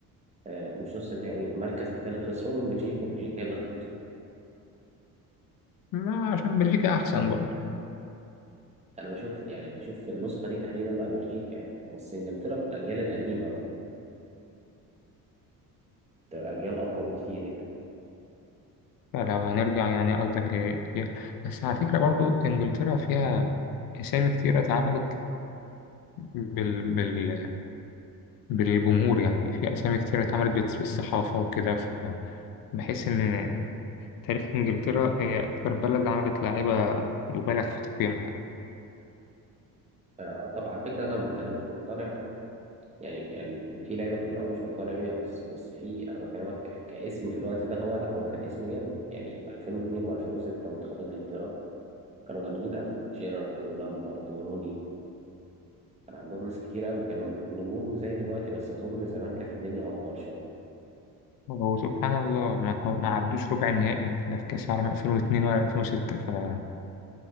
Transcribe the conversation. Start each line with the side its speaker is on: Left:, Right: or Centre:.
Right: آه، مش نص النهائي المركز الثالث خسروا من بلجيكا بلجيكا هي اللي خدتها
Left: ما عشان بلجيكا احسن برضه
Right: انا بشوف يعني بشوف في النسخه دي تحديدا لا بلجيكا يعني بس انجلترا في الاجيال القديمه بقت اجيال اقوى بكتير يعني
Left: فلو هنرجع يعني قصدك ل... ل- بس على فكرة برضه انجلترا فيها اسامي كتيرة اتعملت بال... بال... بالجمهور يعني في اسامي كتيرة اتعملت بالصحافة وكده ف... بحس ان تاريخ إنجلترا هي أكتر بلد عملت لاعيبة مبالغ في تقييمها
Right: آه، آه، طبعا فكره انا انا مش مقتنع يعني يعني في لعيبه كتير قوي مش مقتنع بيها بس بس في انا بكلمك ك- كاسم في الوقت ده هو لا هو كان اسم جامد يعني 2002 و2006 منتخب انجلترا كانوا جامدين قوي جيرارد ولامبرد وروني كان عندهم ناس كتير قوي كانوا نجوم زي دلوقتي بس اظن زمان كانت الدنيا افضل شويه يعني.
Left: وسبحان الله ما هو- ما عدوش ربع النهائي ده في كأس العالم 2002 ولا 2006 فكان